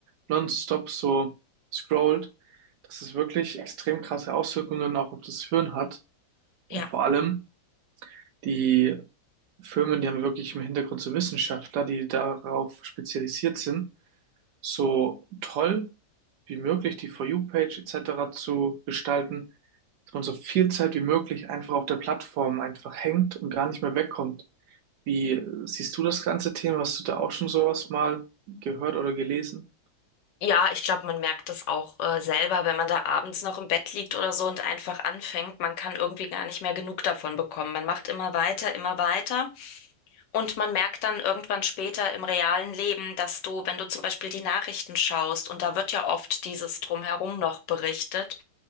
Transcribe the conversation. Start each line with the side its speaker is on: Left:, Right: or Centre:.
Right: nonstop so scrollt, dass es wirklich extrem krasse Auswirkungen auch auf das Hirn hat. Und
Left: Ja.
Right: vor allem die Firmen, die haben wirklich im Hintergrund so Wissenschaftler, die darauf spezialisiert sind, so toll wie möglich die For You-Page etc. zu gestalten, dass man so viel Zeit wie möglich einfach auf der Plattform einfach hängt und gar nicht mehr wegkommt. Wie siehst du das ganze Thema? Hast du da auch schon sowas mal gehört oder gelesen?
Left: Ja, ich glaube, man merkt das auch äh, selber, wenn man da abends noch im Bett liegt oder so und einfach anfängt. Man kann irgendwie gar nicht mehr genug davon bekommen. Man macht immer weiter, immer weiter. Und man merkt dann irgendwann später im realen Leben, dass du, wenn du zum Beispiel die Nachrichten schaust, und da wird ja oft dieses Drumherum noch berichtet,